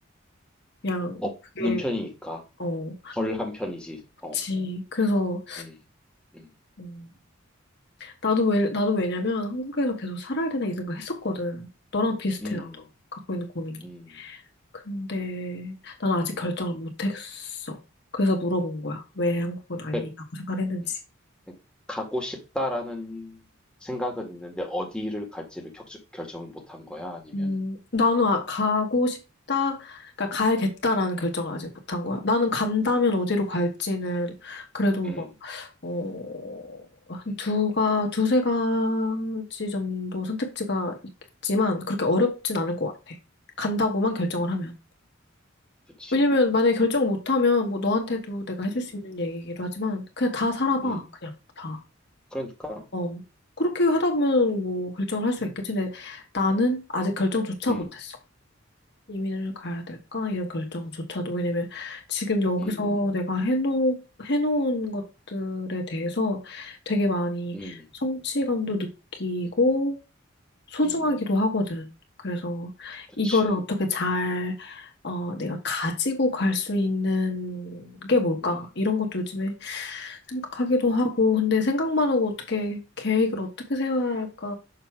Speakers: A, on the left (about 55°); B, in the centre.
A: 그냥
B: 없는
A: 그게
B: 편이니까.
A: 어,
B: 덜한 편이지.
A: 그렇지.
B: 어.
A: 그래서
B: 음. 음.
A: 음, 나도 왜, 나도 왜냐면 한국에서 계속 살아야 되나 이 생각 했었거든. 너랑 비슷해,
B: 음.
A: 나도. 갖고 있는 고민이.
B: 음.
A: 근데 나는 아직
B: 음.
A: 결정을 못 했어. 그래서 물어본 거야. 왜 한국은 아니라고
B: 그-
A: 생각했는지.
B: 음. 음. 가고 싶다라는 생각은 있는데 어디를 갈지를 격 결정을 못한 거야? 아니면
A: 음, 나는 아- 가고 싶다, 그러니까 가야겠다라는 결정을 아직 못 한 거야. 나는 간다면 어디로 갈지는 그래도
B: 음.
A: 막, 어, 한
B: 음.
A: 두가, 두세 가지 정도 선택지가 있겠지만 그렇게 어렵진 않을 것 같아. 간다고만 결정을
B: 음.
A: 하면.
B: 그치.
A: 왜냐면 만약에 결정 못하면 뭐 너한테도 내가 해줄
B: 음.
A: 수 있는 얘기이기도 하지만 그냥 다 살아봐.
B: 음.
A: 그냥 다.
B: 그러니까.
A: 어. 그렇게 하다 보면 뭐 결정을 할 수
B: 음.
A: 있겠지. 근데 나는 아직
B: 음.
A: 결정조차
B: 음.
A: 못했어. 이민을 가야 될까? 이런 결정조차도. 왜냐면 지금 여기서
B: 음.
A: 내가 해놓, 해놓은 것들에 대해서 되게 많이
B: 음.
A: 성취감도 느끼고 소중하기도
B: 음.
A: 하거든. 그래서
B: 그치.
A: 이거를 어떻게 잘, 어, 내가 가지고 갈 수 있는 게 뭘까?
B: 음.
A: 이런 것도 요즘에 생각하기도
B: 음.
A: 하고, 근데 생각만 하고 어떻게 계획을 어떻게 세워야 할까?